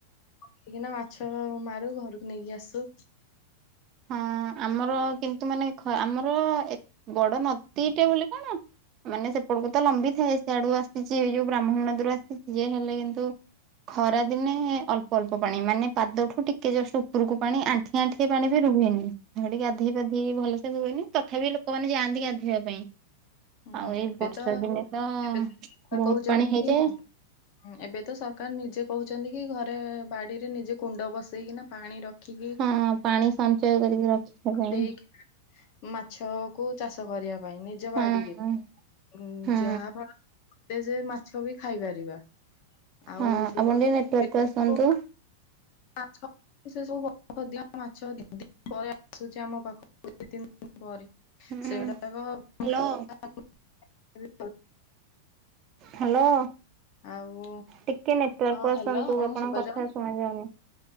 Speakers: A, on the left (about 35°); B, on the right (about 25°).
A: ଧରିକିନା ମାଛ ମାରୁ ଘରକୁ ନେଇକି ଆସୁ
B: ହଁ ଆମର କିନ୍ତୁ ମାନେ ଆମର ବଡ ନଦୀଟେ ବୋଲି କଣ ମାନେ ସେପଟକୁ ତ ଲମ୍ବି ଥାଏ ସେଆଡୁ ଆସ ସେ ଯ ଯୋଉ ବ୍ରାହ୍ମଣୀ ନଦୀରୁ ଆସିଛିସି ଯେ ହେଲେ କିନ୍ତୁ ଖରା ଦିନେ ଅଳ୍ପ ଅଳ୍ପ ପାଣି ମାନେ ପାଦଠୁ ଟିକେ ଜଷ୍ଟ ଉପରକୁ ପାଣି ଆଣ୍ଠି ଆଣ୍ଠି ପାଣି ବି ରୁହେ ନି ସେଠି ଗାଧୋଇ ପାଧେଇ ଭଲସ ହୁଏନି ତଥାପି ଲୋକମାନେ ଯାଆନ୍ତି ଗାଧୋଇବା ପାଇଁ
A: ହୁଁ
B: ଆଉ ଏଇ
A: ଏବେ
B: ବର୍ଷା
A: ତ
B: ଦିନେ ତ ବହୁତ
A: ଏବେ ସରକାର କହୁଛନ୍ତି
B: ପାଣି ହେଇଯାଏ
A: କି, ଏବେ ତ ସରକାର ନିଜେ କହୁଛନ୍ତି କି ଘରେ ବାଡିରେ ନିଜେ କୁଣ୍ଡ ବସେଇକିନା ପାଣି ର କି କି
B: ହଁ ପାଣି ସଞ୍ଚୟ କରିକି ରଖିବା ପାଇଁ
A: ସେଇ ମାଛ କୁ ଚାଷ କରିବା ପାଇଁ ନିଜ ବାଡି
B: ହଁ
A: ଯାହା
B: ହଁ
A: ଫଳରେ ମତେ ଯେ ମାଛ ବି ଖାଇପାରିବା। ଆଉ
B: ହଁ
A: ସେ
B: ଆପଣ
A: ଯୋଉ
B: ଟିକେ ନେଟୱାର୍କକୁ ଆସନ୍ତୁ
A: ମା ସେ ସବୁ ବ ଦ ମାଛି ପରେ ଆସୁଛି ଆମ ପାଖକୁ ଦୁ ତିନି ଦିନ ପରେ
B: ହୁଁ
A: ସେଗୁଡ଼ାକ।
B: Hello
A: <unintelligible>
B: hello.
A: ଆଉ
B: ଟିକେ ନେଟୱାର୍କ
A: ହଁ
B: କୁ ଆସନ୍ତୁ
A: ହ୍ୟାଲୋ ଆପଣଙ୍କୁ
B: ଆପଣଙ୍କ
A: ଶୁଭା ଯାଉନି?
B: କଥା ଶୁଣ ଯାଉନି